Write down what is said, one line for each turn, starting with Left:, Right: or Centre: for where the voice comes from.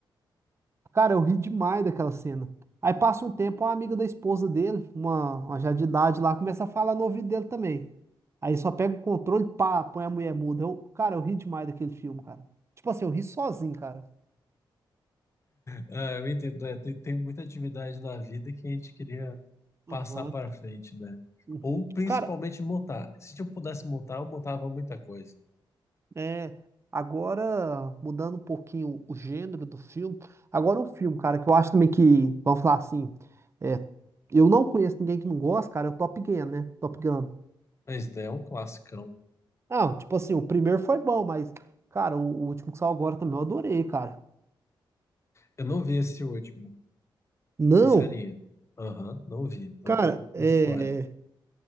Right: Cara, eu ri demais daquela cena. Aí passa um tempo, uma amiga da esposa dele, uma, uma já de idade lá, começa a falar no ouvido dele também. Aí só pega o controle, pá, põe a mulher muda. Eu, cara, eu ri demais daquele filme, cara. Tipo assim, eu ri sozinho, cara.
Left: Ah, eu entendo, é, tem, tem muita atividade na vida que a gente queria passar
Right: Aham.
Left: para frente, né?
Right: Uhum.
Left: Ou principalmente
Right: Cara,
Left: montar. Se eu pudesse montar, eu montava muita coisa.
Right: É, agora, mudando um pouquinho o gênero do filme, agora um filme, cara, que eu acho também que, vamos falar assim, é, eu não conheço ninguém que não gosta, cara, é o Top Gun, né? Top Gun.
Left: Mas né, é um classicão.
Right: Não, tipo assim, o primeiro foi bom, mas, cara, o, o último que saiu agora também eu adorei, cara.
Left: Eu não vi esse último,
Right: Não,
Left: sincerinho. Aham, não vi. Eu
Right: cara,
Left: tô
Right: é.
Left: de fora.